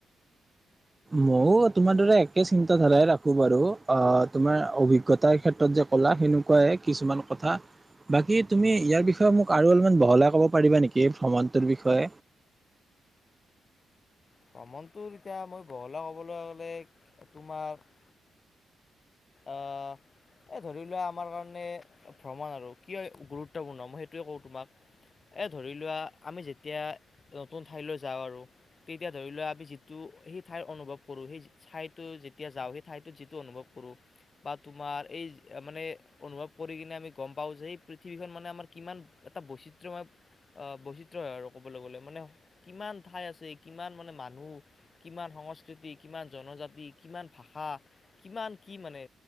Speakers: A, on the right (about 25°); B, on the left (about 50°).
A: মইও তোমাৰ দৰে একেই চিন্তাধাৰাই ৰাখো বাৰু, অ' তোমাৰ অভি অভিজ্ঞতাৰ ক্ষেত্ৰত যে ক'লা সেনেকুৱাই কথা। বাকী তুমি ইয়াৰ বিষয়ে মোক আৰু অলপমান বহলাই পাৰিবা নেকি ভ্ৰমণটোৰ বিষয়ে।
B: ভ্ৰমণটো এতিয়া মই বহলাই ক'বলৈ গ'লে তোমাৰ - আহ- এই ধৰি লোৱা আমাৰ কাৰণে ভ্ৰমণ আৰু কিয় গুৰুত্বপূৰ্ণ মই সেইটোৱে কওঁ তোমাক। এই ধৰি লোৱা আমি যেতিয়া নতুন ঠাইলৈ যাওঁ আৰু- তেতিয়া ধৰি লোৱা আমি যিটো সেই ঠাইৰ অনুভৱ কৰোঁ, সেই- ঠাইতো যেতিয়া যাওঁ, সেই ঠাইতো যিটো অনুভৱ কৰো, - বা তোমাৰ এই মানে অনুভৱ কৰি কিনে আমি গম পাওঁ যে এই পৃথিৱীখন মানে আমাৰ কিমান- এটা বৈচিত্ৰময়- বৈচিত্ৰ হয় আৰু ক'বলৈ গ'লে মানে কিমান ঠাই আছে কিমান মানে মানুহ! কিমান সংস্কৃতি, কিমান জনজাতি, কিমান ভাষা কিমান কি মানে!